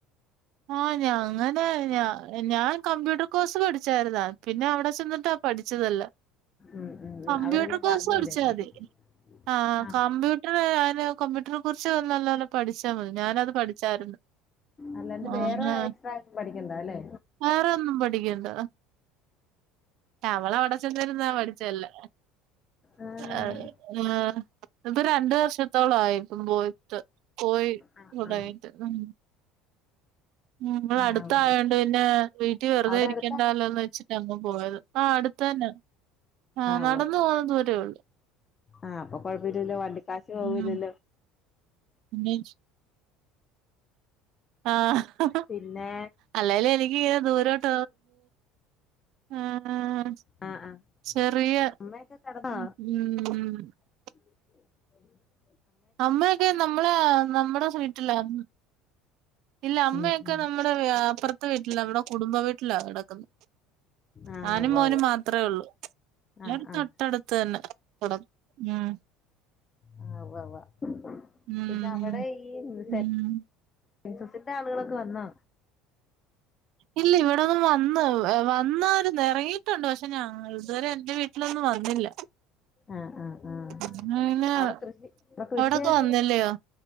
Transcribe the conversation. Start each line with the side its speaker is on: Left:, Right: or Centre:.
Right: ആഹ് ഞാങ്ങനെ ഞ ഞാൻ കമ്പ്യൂട്ടർ കോഴ്സ് പഠിച്ചാരുന്നത പിന്നെ അവിടെ ചെന്നിട്ട് അഹ് പഠിച്ചതല്ല
Left: ഉം ഉം ഉം
Right: കമ്പ്യൂട്ടർ
Left: അവരെല്ലാം
Right: കോഴ്സ്
Left: പറഞ്ഞു
Right: പഠിച്ചാ
Left: തരുവായിരിക്കും
Right: മതി
Left: അല്ലേ
Right: ആഹ്
Left: ആ
Right: കമ്പ്യൂ ട്ടർ ഞാന് കമ്പ്യൂട്ടറെ കുറിച്ച് നല്ലോലെ പഠിച്ചാമതി ഞാനത് പഠിച്ചാരുന്നു
Left: അല്ലാണ്ട്
Right: അഹ്
Left: വേറെ
Right: ലെ
Left: എക്സ്ട്രാ ഒന്നും പഠിക്കണ്ട അല്ലേ
Right: വേറെ ഒന്നും പഠിക്കണ്ട ട്ടവള് അവിടെ ചെന്നിരുന്നാ പഠിച്ചെ എല്ലാം
Left: ആഹ്
Right: അഹ് ഇത് രണ്ട് വർഷത്തോളായി ഇപ്പം പോയിട്ട് പോയി
Left: ആഹ്
Right: തുടങ്ങീട്ട് ഉം ഉം ഇവിടെ
Left: ആഹ്
Right: അടുത്തായോണ്ട്
Left: ഉവ്വ് ഉവ്വ്
Right: പിന്നെ വീട്ടി വെറുതെ
Left: അവിടെ
Right: ഇരിക്കണ്ടാല്ലോന്ന്
Left: അടുത്താണോ
Right: വെച്ചിട്ട അപ്പ പോയത് ആഹ് അടുത്തന്നെ ആഹ് നടന്ന്
Left: ഉവ്വ് ഉവ്വ്
Right: പോവാൻ ദൂരോള്ളു
Left: ആഹ് അപ്പൊ <unintelligible> വണ്ടിക്കാശ് പോവൂല്ലല്ലോ
Right: ഉം <inaudible> ആഹ്
Left: പിന്നെ
Right: അല്ലെലു എനിക്ക് ദൂരോട്ട ആഹ്
Left: ആഹ് ആഹ്
Right: ചെറിയ
Left: അമ്മയൊക്കെ കെടന്നോ
Right: <unintelligible>
Left: <inaudible>
Right: അമ്മയൊക്കെ നമ്മളെ നമ്മുടെ വീട്ടിലാരുന്ന ഇല്ല അമ്മയൊക്കെ
Left: ഉം ഉം
Right: നമ്മുടെ അപ്പുറത്ത വീട്ടില അവിടെ കുടുംബ വീട്ടിലാ കടക്കുന്ന
Left: ആഹ്
Right: ഞാനും
Left: ഉവ്വ
Right: മോനും
Left: ഉവ്വ
Right: മാത്രെ ഉള്ളൂ <unintelligible>
Left: ആഹ്
Right: തൊട്ടാടുത്ത്
Left: ആഹ്
Right: തന്നെ കുടം ഉം
Left: ആഹ് ഉവ്വ ഉവ്വ
Right: ഉം
Left: പിന്നെ അവിടെ ഈ സെറ്റ
Right: ഉം
Left: സെൻസസിന്റെ ആളുകളൊക്കെ വന്നോ
Right: ഇല്ല ഇവിടെതാ വന്ന് വന്നാരുന്ന് ഇറങ്ങിയിട്ടുണ്ട് പക്ഷെ ഞങ്ങൾ ഇതുവരെ എന്റെ വീട്ടിലൊന്ന് വന്നില്ല
Left: ആഹ് ആഹ് ആഹ്
Right: <unintelligible>
Left: അവിടെ കൃഷി അവിടെ കൃഷിയായിട്ട്
Right: അവിടൊക്കെ വന്നില്ലയോ